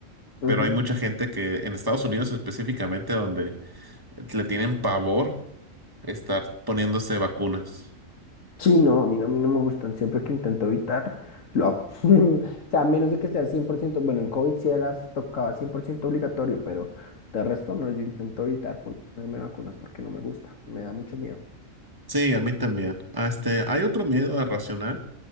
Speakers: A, on the left; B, on the right.
A: Ujú.
B: Pero hay mucha gente que en Estados Unidos específicamente donde le tienen pavor estar poniéndose vacunas.
A: Sí, no, a mí no, a mí no me gustan, siempre que intento evitar, lo hago. <laughs> O sea, a menos de que sea 100% bueno, en COVID sí era, tocaba 100% obligatorio, pero de resto no, yo intento evitar ponerme vacunas porque no me gusta, me da mucho miedo.
B: Sí, a mí también. Ah, Este, hay otro miedo irracional